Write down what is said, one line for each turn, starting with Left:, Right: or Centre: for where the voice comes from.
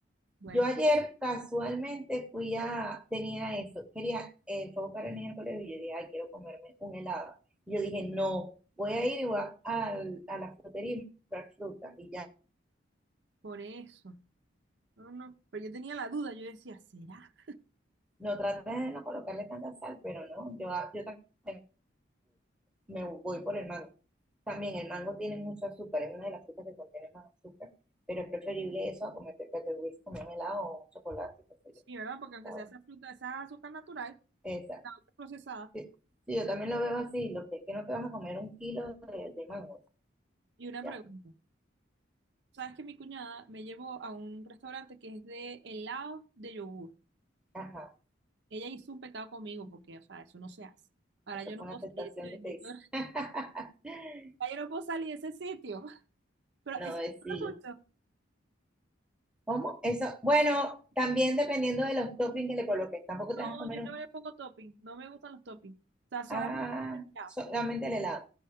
Right: Bueno,
Centre: Yo ayer casualmente fui a, tenía eso, quería, eh, fue a buscar al niño al colegio y yo dije, ay, quiero comerme un helado. Y yo dije, no, voy a ir y voy a, al- a la frutería y comprar fruta. Y ya,
Right: por eso. No, no. Pero yo tenía la duda, yo decía, ¿será?
Centre: no traté de no colocarle tanta sal, pero no, yo, yo también me voy por el mango. También el mango tiene mucho azúcar, es una de las frutas que contiene más azúcar, pero es preferible eso a comerte que te hubiese comido un helado o un chocolate, qué sé
Right: Sí,
Centre: yo,
Right: ¿verdad? Porque aunque
Centre: ¿sabes?
Right: sea esa fruta, esa azúcar natural,
Centre: Esa.
Right: procesada.
Centre: Sí, sí, yo también lo veo así, lo que es que no te vas a comer un kilo de, de mango,
Right: Y una
Centre: ya,
Right: pregunta. ¿Sabes que mi cuñada me llevó a un restaurante que es de helado de yogur?
Centre: ajá,
Right: Ella hizo un pecado conmigo porque, o sea, eso no se hace. Ahora
Centre: eso
Right: yo no
Centre: fue
Right: puedo
Centre: una tentación
Right: salir de ese bendito.
Centre: que te hice. <laughs>
Right: Ahora yo no puedo salir de ese sitio. <laughs> Pero
Centre: No,
Right: eso
Centre: es
Right: no
Centre: sí.
Right: me gustó.
Centre: ¿Cómo? Eso, bueno, también dependiendo de los toppings que le coloques, tampoco
Right: No,
Centre: te vas a comer
Right: yo no
Centre: un,
Right: le pongo topping. No me gustan los toppings. O sea, solamente
Centre: ah,
Right: el helado.
Centre: solamente el helado.